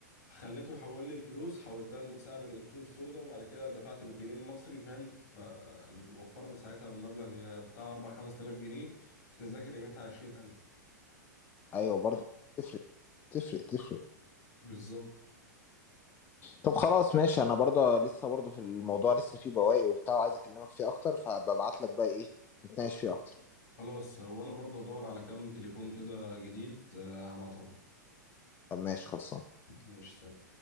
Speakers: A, on the left (about 60°); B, on the left (about 20°).
A: خليته يحول لي الفلوس حولتها لسعر السوق السوداء وبعد كده دفعت بالجنيه المصري فاهم فوفرنا ساعتها مبلغ بتاع 4 5000 جنيه في تذاكر قيمتها 20000
B: ايوه برضه تفرق تفرق تفرق
A: بالظبط
B: طب خلاص ماشي انا برضه لسه برضه في الموضوع لسه فيه بواقي وبتاع وعايز اكلمك فيه اكتر فببعت لك بقى ايه نتناقش فيه اكتر
A: خلاص وانا برضه ادور على كام تليفون كده جديد آه، هبعتهم لك
B: طب ماشي خلصان
A: ماشي سلام